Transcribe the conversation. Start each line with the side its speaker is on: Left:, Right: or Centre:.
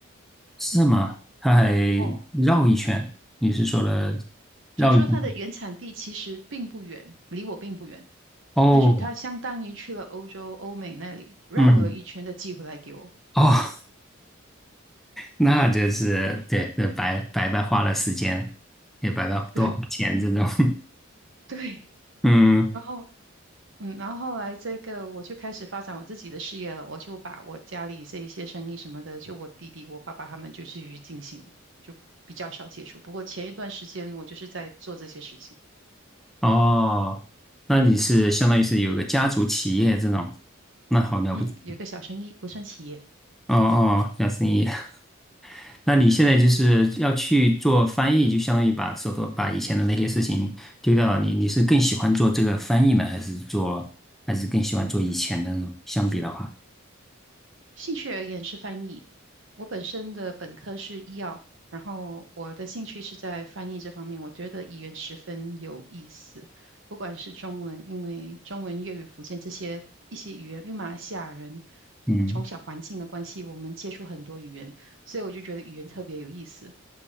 Centre: 是吗？他还
Right: 哦，
Centre: 绕一圈，你是说了绕一圈？
Right: 就是说它的原产地其实并不远，离我并不远，
Centre: 哦，
Right: 但是它相当于去了欧洲、欧美那里绕了一圈再寄回来给我。
Centre: 嗯，哦，那就是对，呃白白白花了时间，也白白多花钱这种。
Right: <laughs> 对
Centre: <laughs>
Right: 对，
Centre: 嗯，
Right: 然后嗯，然后后来这个我就开始发展我自己的事业了，我就把我家里这一些生意什么的，就我弟弟、我爸爸他们就继续进行了就比较少接触。不过前一段时间我就是在做这些事情，
Centre: 哦，那你是相当于是有个家族企业这种，那好了不起。
Right: 嗯，有一个小生意，不算企业。
Centre: 哦哦，小生意。<laughs> 那你现在就是要去做翻译，就相当于把手头把以前的那些事情丢掉了。你你是更喜欢做这个翻译呢，还是做，还是更喜欢做以前的那种？相比的话，
Right: 兴趣而言是翻译。我本身的本科是医药，然后我的兴趣是在翻译这方面。我觉得语言十分有意思，不管是中文，因为中文、粤语、福建这些一些语言，因为马来西亚人
Centre: 嗯
Right: 从小环境的关系，我们接触很多语言，所以我就觉得语言特别有意思。